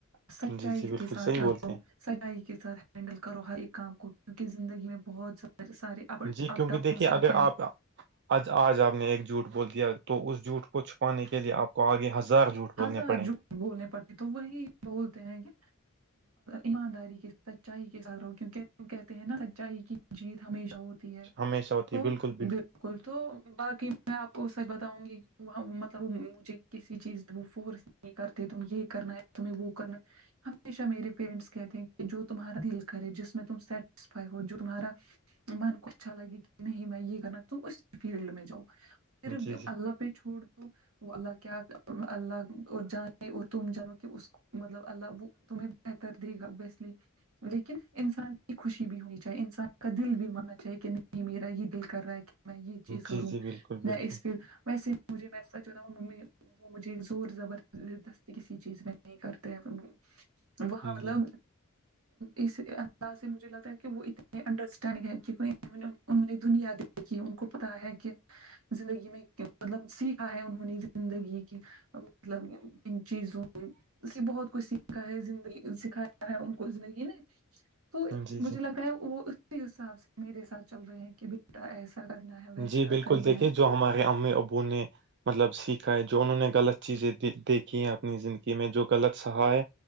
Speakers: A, on the right (about 75°); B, on the right (about 50°).
A: سچائی
B: جی جی بالکل
A: کے ساتھ
B: صحیح
A: رہو
B: بولتے ہیں
A: سچائی کے ساتھ ہینڈل کرو ہر ایک کام کو کیونکی زندگی میں بہت سارے
B: جی
A: اپا
B: جی
A: اپ
B: کیونکہ
A: ڈاؤنس
B: دیکھیے اگر
A: آتے ہیں
B: آپ آج آج آپ نے ایک جھوٹ بول دیا تو اس جوٹ کو چھپانے کے لیے آپ کو آگے ہزار جھوٹ بولنے
A: ہزار
B: پڑیں
A: جھوٹ بولنے پڑتے تو وہی بولتے ہیں کے ایمانداری کے سچائی کے ساتھ رہو کیونکہ کہتے ہیں نا سچائی کی جیت ہمیشہ ہو تی ہے
B: ہمیشہ ہوتی
A: تو
B: ہے بالکل
A: بالکل تو باقی میں آپ کو سچ بتاؤں گی وہ مطلب مجھے کسی چیز وہ فورس نہیں کرتے تم یہ کرنا ہے تمہیں وہ کرنا ہمیشہ میرے پیرنٹس کہتے ہیں کہ جو تمہارا دل کرے جس میں تم سیٹسفائی ہو جو تمہارا من کو اچھا لگے کہ نہیں میں یہ کرنا تم اس فیلڈ میں جاؤ صرف
B: جی جی
A: اللہ پہ چھوڑ دو وہ اللہ کیا اللہ اور جانے اور تم جانو کہ اس کو مطلب اللہ وہ تمہیں بہتر دے گا ابویسلی لیکن انسان کی خوشی بھی ہونی چاہیے انسان کا دل بھی ماننا چاہیے کہ نہیں میرا یہ دل کر رہا ہے کہ میں یہ چیز
B: جی
A: کروں
B: جی بالکل
A: میں
B: بالکل
A: اس فی ویسے مجھے میں سچ بتاؤ ممی وہ مجھے زور زبردستی کسی چیز میں نہیں کرتے ہے وہ وہاں
B: جی
A: مطلب اس انداز سے مجھے لگا ہے کہ وہ اتنے انڈرسٹنڈنگ ہے کی کوئی انوں انہوں نے دنیا دیکھی ہے ان کو پتا ہے کہ زندگی میں مطلب سیکھا ہے انہوں نے زندگی کی مطلب ان چیزوں سے بہت کچھ سیکھا ہے زندگی سکھایا ہے ان کو زندگی نے تو
B: جی جی
A: مجھے لگ رہا ہے وہ اسی حساب سے میرے ساتھ چل رہے ہیں کہ بیٹا ایسا کرنا ہے ویسا
B: جی بالکل
A: کرنا
B: دیکھیے
A: ہے
B: جو ہمارے امی ابو نے مطلب سیکھا ہے جو انہوں نے غلط چیزیں دے دیکھی ہیں اپنی زندگی میں جو غلط سہا ہے